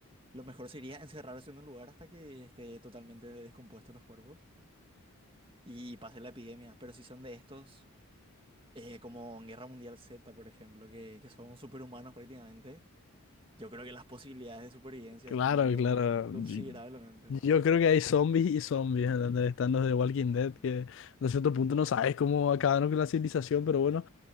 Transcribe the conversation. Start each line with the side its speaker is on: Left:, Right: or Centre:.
Right: lo mejor sería encerrarse en un lugar hasta que esté totalmente descompuesto los cuerpos y pase la epidemia. Pero si son de estos, eh, como en Guerra Mundial Z, por ejemplo, que, que son superhumanos prácticamente, yo creo que las posibilidades de supervivencia
Left: Claro,
Right: disminuyen
Left: claro.
Right: considerablemente.
Left: Yo yo creo que hay zombies y zombies, ¿entendés? Están los de Walking Dead, que a cierto punto no sabes cómo acabaron con la civilización, pero bueno.